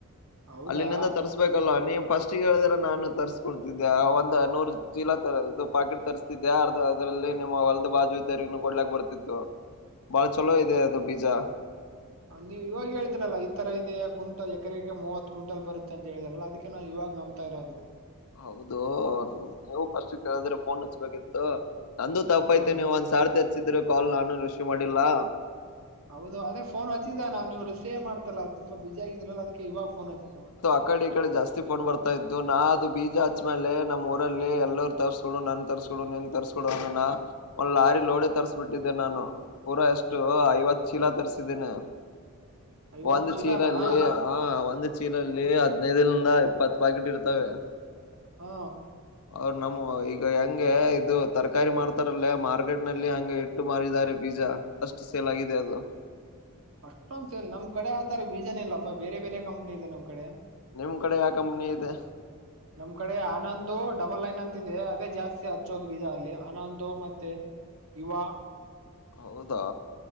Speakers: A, on the right; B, on the left.
A: ಹೌದಾ
B: ಅಲ್ಲಿನಿಂದ ತರ್ಸ್ಬೇಕಲ್ಲ ನೀವ್ ಪಸ್ಟಿಗೆ ಹೇಳಿದ್ರೆ ನಾನು ತರ್ಸ್ಕೊಡ್ತಿದ್ದೆ ಒಂದ ನೂರು. ಚೀಲ ತ ಇದು ಪಾಕಿಟ್ ತರುಸ್ತಿದ್ದೆ ಅರ್ದ ಅದ್ರಲ್ಲಿ ನಿಮ್ಮ ಹೊಲದ ಬಾಜು ಇದ್ದರಿಗೂನು ಕೊಡ್ಲಾಕ್ ಬರ್ತಿತ್ತು.
A: <inaudible>
B: ಬಾಳ್ ಚಲೋ ಇದೆ ಅದು ಬಿಜಾ.
A: ಹ್. ನೀವ್ ಇವಾಗ್ ಹೇಳಿದ್ರಲ್ಲ ಇತರ ಇದೆೇ ಕುಂಟಲ್ ಎಕ್ರೆಗೆ ಮೂವತ್ ಕ್ವಿಂಟಲ್ ಬರುತ್ತೆ ಅಂತ್ ಹೇಳಿದ್ರಲ್ಲ ಅದಿಕ್ಕೆ ನಾವ್ ಇವಗ್ ನಮ್. ತರದು.
B: ಹೌದು ನೀವು ಪಸ್ಟ್ ಕೇಳಿದ್ರೆ ಫೋನ್ ಹಚ್ಬೇಕಿತ್ತು. ನಂದು ತಪ್ಪೈತೆ
A: ಹ್ಮ್
B: ನೀವ್ ಒಂದ್ ಸಾರ್ತಿ ಹಚ್ಚಿದ್ರಿ ಕಾಲ್ ನಾನು ರಿಸೀವ್ ಮಾಡಿಲ್ಲಾ.
A: ಹೌದು ಅದೇ ಫೋನ್ ಹಚ್ಚಿದೆ ನಾವ್ ನೀವ್ ರಿಸೀವೆ ಮಾಡ್ತಿಲ್ಲಾ ತುಂಬಾ ಬ್ಯುಸಿ ಆಗಿದ್ರಲ್ಲ ಅದಿಕ್ಕೆ ಇವಾಗ್ ಫೋನ್ ಹಚ್ಚಿದ್ದು.
B: ಅಕಡೆ ಇಕಡೆ ಜಾಸ್ತಿ ಫೋನ್ ಬರ್ತಾ ಇತ್ತು ನಾ ಅದು ಬೀಜ ಹಚ್ಮೇಲೆ ನಮ್ಮ್ ಊರಲ್ಲಿ ಎಲ್ಲರ್. ತರ್ಸ್ಕೊಡು ನನ್ ತರ್ಸ್ಕೊಡು ನೀನ್ ತರ್ಸ್ಕೊಡು ಅನನ ಒಂದ್ ಲಾರಿ ಲೋಡೆ ತಾರ್ಸಬಿಟ್ಟಿದೆ ನಾನು. ಪೂರ ಎಷ್ಟು ಐವತ್ ಚೀಲ ತರ್ಸಿದಿನಿ
A: ಐವತ್
B: ಒಂದ್
A: ಚೀಲನಾ
B: ಚೀಲ. ಹಾ ಒಂದು ಚೀಲಲ್ಲಿ
A: ಹ್ಮ್
B: ಹದ್ನೈಲಿಂದ ಇಪ್ಪತ್ ಪಾಕಿಟ್ ಇರ್ತವೆ.
A: ಹಾ.
B: ಅವ್ರ್ ನಮವ ಈಗ ಹೆಂಗೆ ಇದು ತರ್ಕಾರಿ ಮಾಡ್ತಾರಲ್ಲೊ ಮಾರ್ಕೆಟ್ ನಲ್ಲಿ ಹಂಗೆ. ಅಷ್ಟು ಮಾರಿದ್ದರೆ ಬೀಜ ಅಷ್ಟು ಸೇಲ್ ಆಗಿದೆ ಅದು.
A: ಅಷ್ಟೊಂದ್ ಸೇಲ್ ನಮ್ ಕಡೆ ಆತರ ಬೀಜನ ಇಲ್ಲಪ್ಪ ಬೇರೆ ಬೇರೆ ಕಂಪ್ನಿ ಇದೆ ನಮ್ ಕಡೆ.
B: ನಿಮ್ ಕಡೆ ಯಾವ ಕಂಪ್ನಿ ಇದೆ
A: ನಮ್ ಕಡೆ ಆನಂದು ಡಬಲ್ ಲೈನ್ ಅಂತ ಇದೆ ಅದೇ ಜಾಸ್ತಿ ಹಚ್ಚೋದು ಬೀಜ ಅಲ್ಲಿ ಆನಂದು ಮತ್ತೆ ಯುುವಾ
B: ಹೌದ....